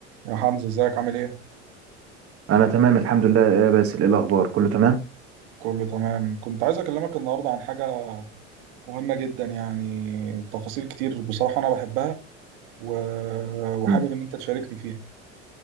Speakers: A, on the right; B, on the right.
A: يا حمزة ازيك عامل ايه؟
B: انا تمام الحمد لله يا باسل ايه الاخبار كله تمام
A: كله تمام كنت عايز اكلمك النهاردة عن حاجة مهمة جدا يعني تفاصيل كتير بصراحة انا بحبها و... وحابب
B: مم.
A: ان انت تشاركني فيها